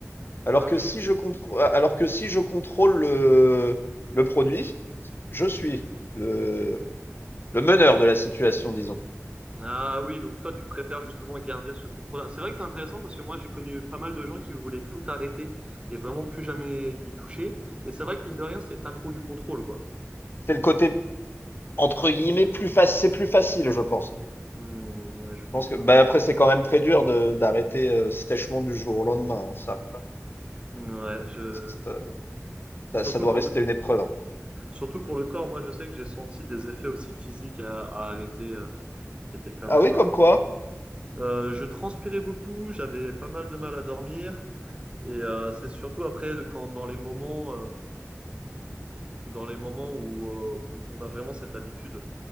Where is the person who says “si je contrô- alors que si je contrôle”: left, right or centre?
Left